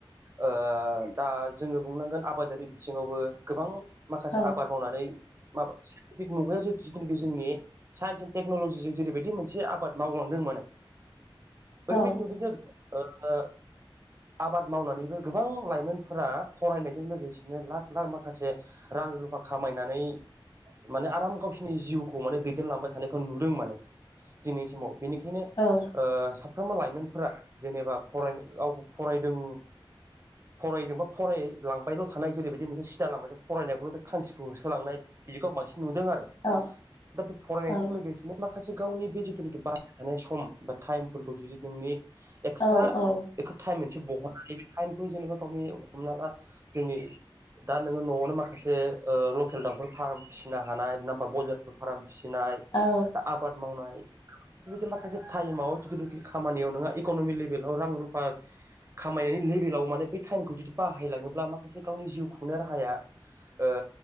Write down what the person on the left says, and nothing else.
औ
<inaudible>
औ
<inaudible>
औ
औ
औ
औ औ
औ